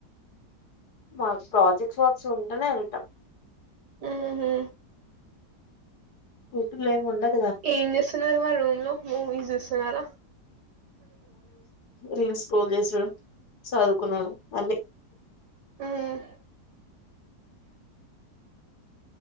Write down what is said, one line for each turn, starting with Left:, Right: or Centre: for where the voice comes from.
Left: మాకు ప్రాజెక్ట్స్ వర్క్స్ ఉంటేనే ఎళ్తాం.
Right: ఉహు
Left: ఇటులేముండక్
Right: ఏం చేస్తున్నారు మా రూమ్ లో మ ఇజస్తున్నారా
Left: రీల్స్ పోగేశర చదువుకున్నాను అన్ని
Right: ఉమ్